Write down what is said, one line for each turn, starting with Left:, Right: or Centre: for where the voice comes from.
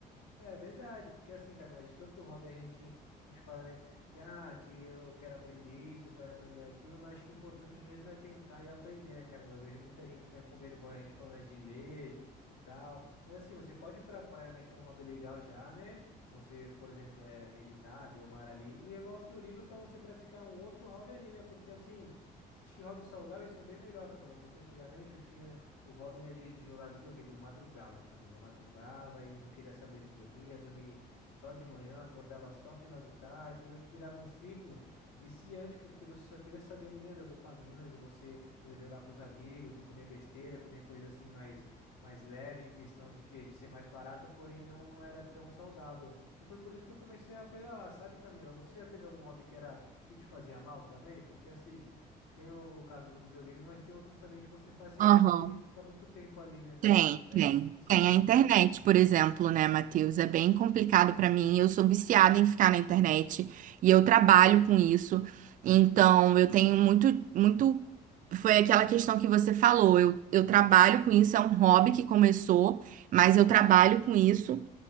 Left: É verdade, porque assim, Camila, de tanto hobby a gente, a gente fala, né, que ah, que eu quero aprender isso, eu quero aprender aquilo, mas acho que o importante mesmo é tentar e aprender, né, Camila? Eu vejo muita gente, né, com vergonha, a gente falando, né, de ler e tal. Mas assim, você pode ir pra praia, né, que é um hobby legal já, né? Você, por exemplo, é meditar, ver o mar ali e levar o seu livro para você praticar um outro hobby ali, né? Porque assim, acho que hobbies saudáveis são bem melhor, Camila, porque antigamente eu tinha o hobby né de, de jogar videogame. Eu madrugava, Camila. Eu madrugava e não queria saber de dormir. Ia dormir só de manhã, acordava só final de tarde. Meio que virava um ciclo viciante, porque você só queria saber ali, né, da dopamina, de você poder jogar com os amigos e comer besteira, comer coisa assim mais, mais leve, em questão de que de ser mais barata, porém não, não era tão saudável. E foi por isso que eu comecei a pedalar, sabe, Camila? Você já teve algum hobby que era que te fazia mal também? Porque assim. Tem o caso do videogame, mas tem outros também que você faz sentado
Right: Aham.
Left: e fica muito tempo ali, né, com
Right: Tem,
Left: a, com a perna
Right: tem.
Left: descansada.
Right: Tem a internet, por exemplo, né, Matheus? É bem complicado pra mim. Eu sou viciada em ficar na internet e eu trabalho com isso. Então, eu tenho muito, muito. Foi aquela questão que você falou. Eu, eu trabalho com isso, é um hobby que começou, mas eu trabalho com isso.